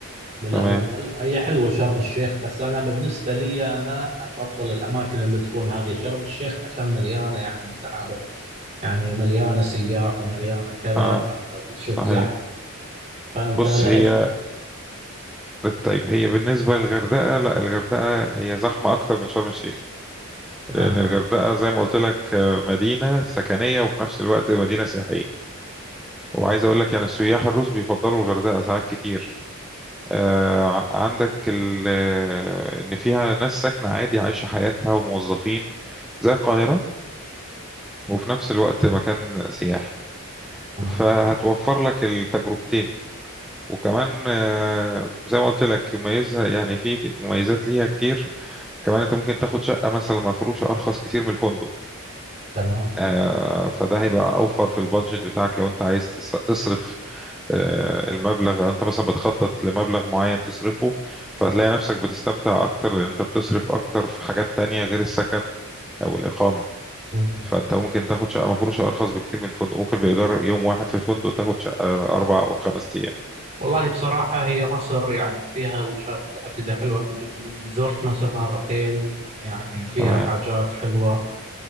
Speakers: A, on the right; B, in the centre.
A: بالأول
B: تمام
A: هي حلوة شرم الشيخ بس أنا بالنسبة لي أنا أفضل الأماكن اللي تكون هذه شرم الشيخ عشان مليانة يعني أنت عارف يعني مليانة سياح ومليانة كذا
B: اه
A: فبتشوف
B: صحيح
A: زحمة فأنت
B: بص
A: لإيش
B: هي
A: اللي
B: طيب هي بالنسبة للغردقة لا الغردقة هي زحمة أكتر من شرم الشيخ
A: أها
B: لأن الغردقة زي ما قلت لك آه، مدينة سكنية وفي نفس الوقت مدينة سياحية وعايز أقول لك يعني السياح الروس بيفضلوا الغردقة ساعات كتير آه، ع- عندك ال- آه، إن فيها ناس ساكنة عادي عايشة حياتها وموظفين زي القاهرة وفي نفس الوقت مكان سياحي
A: آه.
B: فهتوفر لك التجربتين وكمان آه، زي ما قلت لك يميزها يعني في مميزات ليها كتير كمان انت ممكن تاخد شقة مثلا مفروشة أرخص كتير من الفندق
A: تمام
B: آه، فده هيبقى اوفر في البادجت بتاعك لو انت عايز تس- تصرف آه، المبلغ انت مثلا بتخطط لمبلغ معين تصرفه فهتلاقي نفسك بتستمتع اكتر لان انت بتصرف اكتر في حاجات تانية غير السكن او الاقامة
A: مم.
B: فانت ممكن تاخد شقة مفروشة ارخص بكتير من الفندق ممكن بايجار يوم واحد في الفندق تاخد شقة اربع او خمس ايام
A: والله بصراحة هي مصر يعني فيها وجهات متعددة حلوة أنا د- زرت مصر مرتين يعني فيها
B: تمام
A: حاجات حلوة